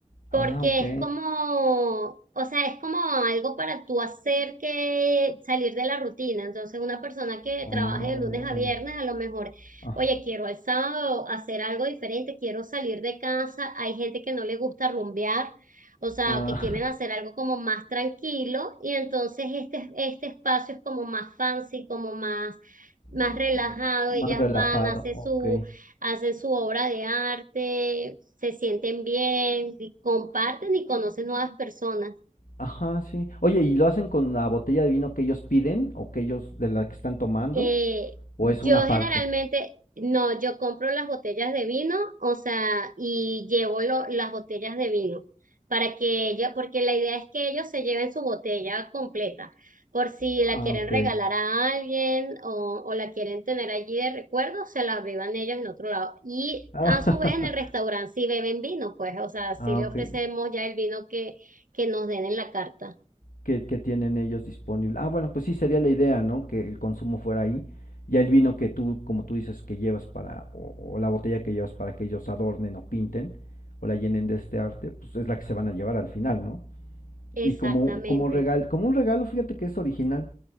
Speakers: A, on the right (about 80°); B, on the left (about 85°).
A: porque
B: Ah, ok.
A: es como, o sea, es como algo para tú hacer que salir de la rutina. Entonces, una persona que
B: Ah,
A: trabaje de lunes
B: órale.
A: a viernes, a lo mejor,
B: Ah,
A: oye, quiero el sábado hacer algo diferente, quiero salir de casa. Hay gente que no le gusta rumbear. O sea,
B: ah,
A: que quieren hacer algo como más tranquilo y entonces este, este espacio es como más fancy, como más, más
B: <laughs>
A: relajado.
B: más
A: Ellas
B: relajado,
A: van, hacen
B: ok.
A: su hacen su obra de arte, se sienten bien, y comparten y conocen nuevas personas.
B: Ajá, sí. Oye, ¿y lo hacen con la botella de vino que ellos piden o que ellos de la que están tomando?
A: Eh,
B: ¿O
A: yo
B: es una
A: generalmente,
B: parte?
A: no, yo compro las botellas de vino, o sea, y llevo lo- las botellas de vino para que ella, porque la idea es que ellos se lleven su botella completa, por si
B: Ah,
A: la quieren
B: ok.
A: regalar a alguien o, o la quieren tener allí de recuerdo, se la beban ellos en otro lado. Y
B: Ah,
A: a su vez en el restaurante si beben vino, pues, o sea, si
B: <laughs> ah,
A: le
B: ok.
A: ofrecemos ya el vino que, que nos den en la carta.
B: Que, que tienen ellos disponible. Ah, bueno, pues sí sería la idea, ¿no? Que el consumo fuera ahí. Ya el vino que tú, como tú dices, que llevas para, o, o la botella que llevas para que ellos adornen o pinten, o la llenen de este arte, pues es la que se van a llevar al final, ¿no?
A: Exactamente.
B: Y como, como regal, como un regalo, fíjate que es original.